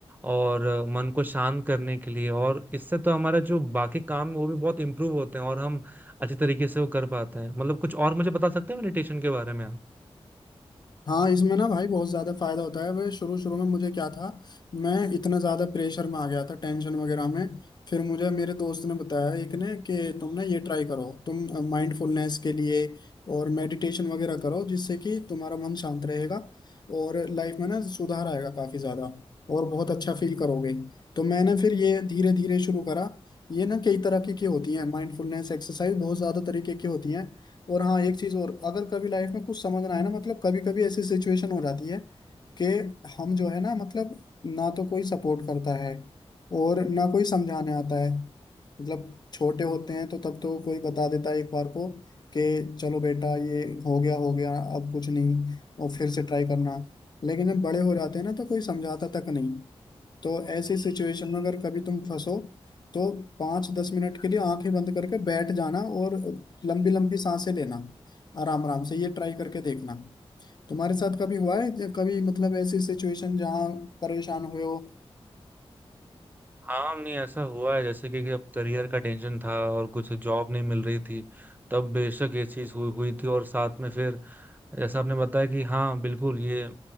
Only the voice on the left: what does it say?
हाँ इसमें ना भाई बहुत ज़्यादा फायदा होता है वे शुरू शुरू में मुझे क्या था मैं इतना ज़्यादा प्रेशर में आ गया था टेंशन वगैरह में फिर मुझे मेरे दोस्त ने बताया एक ने कि तुम ना ये ट्राई करो तुम माइंडफुलनेस के लिए और मेडिटेशन वगैरह करो जिससे कि तुम्हारा मन शांत रहेगा और लाइफ में ना सुधार आएगा काफ़ी ज़्यादा और बहुत अच्छा फील करोगे तो मैंने फिर ये धीरे धीरे शुरू करा ये ना कई तरह की की होती हैं माइंडफुलनेस एक्सरसाइज बहुत ज़्यादा तरीके की होती हैं और हाँ एक चीज और अगर कभी लाइफ में कुछ समझ ना आए ना मतलब कभी कभी ऐसी सिचुएशन हो जाती है कि हम जो है ना मतलब ना तो कोई सपोर्ट करता है और ना कोई समझाने आता है मतलब छोटे होते हैं तो तब तो कोई बता देता है एक बार को कि चलो बेटा ये हो गया हो गया अब कुछ नहीं और फिर से ट्राई करना लेकिन जब बड़े हो जाते हैं ना तो कोई समझाता तक नहीं तो ऐसी सिचुएशन में अगर कभी तुम फंसो तो पाँच दस मिनट के लिए आंखें बंद करके बैठ जाना और लंबी लंबी सांसें लेना आराम आराम से ये ट्राई करके देखना तुम्हारे साथ कभी हुआ है कभी मतलब ऐसी सिचुएशन जहाँ परेशान हुए हो